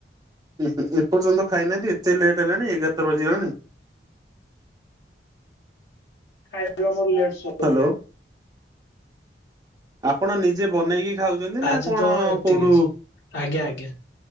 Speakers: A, on the right; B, on the left.
A: ଉ ଏପର୍ଯ୍ୟନ୍ତ ଖାଇନାହାନ୍ତି ଏତେ ଲେଟ୍ ହେଲାଣି ଏଗାରଟା ବାଜିଲାଣି
B: ଖାଇବା ମୋର ଲେଟ୍ ସବୁ
A: ହ୍ୟାଲୋ। ଆପଣ ନିଜେ ବନେଇକି ଖାଉଛନ୍ତି ନା
B: ଆଜି
A: କଣ
B: ତ ଏତିକି
A: କୋଉଠୁ
B: ଅଛି ଆଜ୍ଞା ଆଜ୍ଞା।